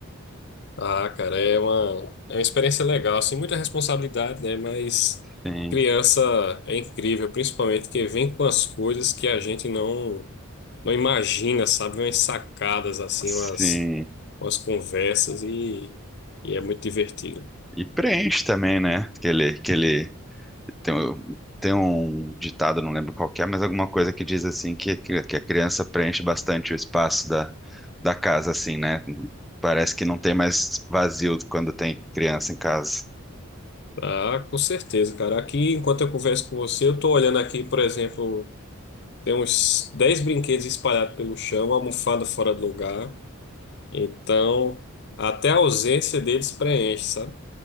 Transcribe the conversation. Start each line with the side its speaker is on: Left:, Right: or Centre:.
Left: Ah, cara, é uma, é uma experiência legal, assim, muita responsabilidade, né? Mas
Centre: Sim,
Left: criança é incrível, principalmente que vem com as coisas que a gente não. não imagina, sabe? Umas sacadas assim,
Centre: sim.
Left: umas, umas conversas e, e é muito divertido.
Centre: E preenche também, né? Que ele, que ele tem, um- tem um ditado, não lembro qual que é, mas alguma coisa que diz assim que, que, que a criança preenche bastante o espaço da, da casa, assim, né? Parece que não tem mais vazio quando tem criança em casa.
Left: Ah, com certeza, cara. Aqui, enquanto eu converso com você, eu tô olhando aqui, por exemplo, tem uns 10 brinquedos espalhados pelo chão, almofada fora do lugar. Então, até a ausência deles preenche, sabe?